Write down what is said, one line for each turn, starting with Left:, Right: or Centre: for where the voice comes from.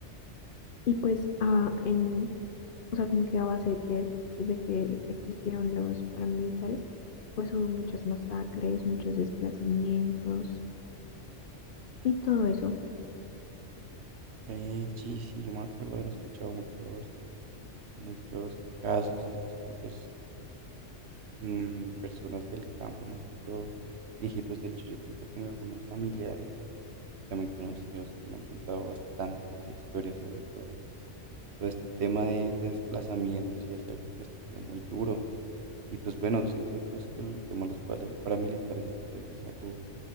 Left: Y pues, ah, en, o sea, como que a base de que, es, de que existieron los paramilitares, pues hubo muchas masacres, muchos desplazamientos y todo eso.
Right: Eh, sí, sí, yo me acuerdo haber escuchado muchos, muchos casos en los que pues mm, personas del campo, más que todo viejitos. De hecho, yo creo que tengo algunos familiares, también conocidos, que me han contado bastantes historias sobre todo, todo este tema de, de desplazamientos y es algo que ha sido muy duro. Y pues bueno, siento entonces que el tema de los para- paramilitares entonces es algo